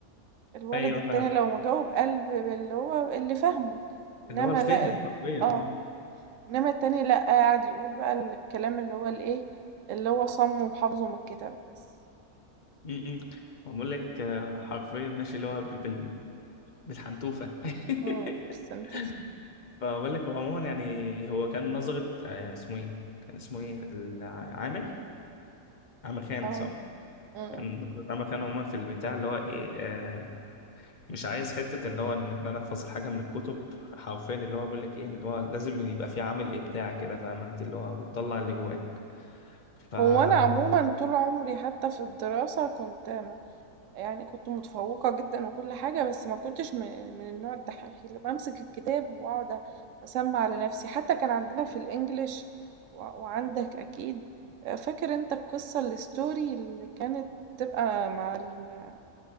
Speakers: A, on the right; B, on the left.
A: الولد
B: ايوه
A: التاني
B: فاهم
A: لو ما جاوب قال ب باللي هو اللي فاهمه، إنما
B: اللي هو الفهم
A: لأ
B: حرفيا
A: آه،
B: اه
A: إنما التاني لأ، قعد يقول بقى الكلام اللي هو الإيه، اللي هو صاممه وحافظه من الكتاب بس.
B: م- م. بقول لك آه، حرفيا ماشي اللي هو ب- بال... بالحنتوفة
A: إمم،
B: <laughs>
A: بالسنتوفة،
B: فبقول لك هو عموما يعني هو كان نظرة آه، اسمه ايه كان اسمه ايه الع- عامر عامر خان
A: آه، إمم،
B: صح
A: إمم.
B: كان نظرة عامر خان عموما في البتاع اللي هو ايه آه، مش عايز حتة ان هو ان احنا نحفظ الحاجة من الكتب حرفيا اللي هو بيقول لك ايه اللي هو لازم يبقى في عامل ابداع كده فاهم انت اللي هو وتطلع اللي جواك ف <laughs>
A: هو أنا عمومًا طول عمري حتى في الدراسة كنت م يعني كنت متفوقة جدًا وكل حاجة، بس ما كنتش من من النوع الدحّيح اللي بامسك الكتاب وأقعد أسمّع لنفسي، حتى كان عندنا في الEnglish و وعندك أكيد، آآ فاكر أنت القصة الstory اللي كانت بتبقى مع ال